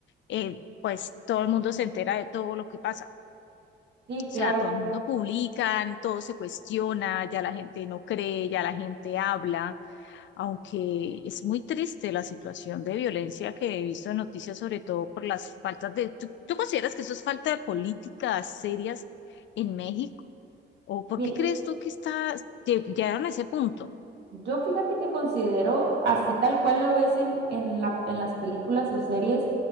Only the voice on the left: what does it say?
eh, pues todo el mundo se entera de todo lo que pasa.
O sea,
todo el mundo publica, todo se cuestiona, ya la gente no cree, ya la gente habla aunque es muy triste la situación de violencia que he visto en noticias, sobre todo por las faltas de... ¿Tú, tú consideras que eso es falta de políticas serias en México? ¿O por
qué crees tú que está, que llegaron a ese punto?